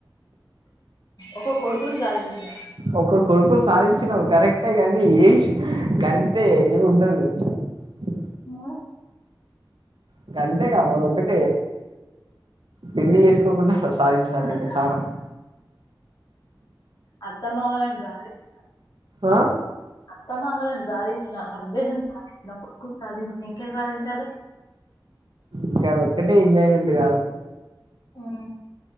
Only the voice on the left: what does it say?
ఒక కొడుకున్ సాధించిన
మో
కూడా
సాధించిన,
అత్త మనలని సాధించాలి
అత్తమ్మామలులను సాధించిన హస్బెండ్ కొడుకుని సాధించిన ఇంకేం సాధించాలె
హ్మ్.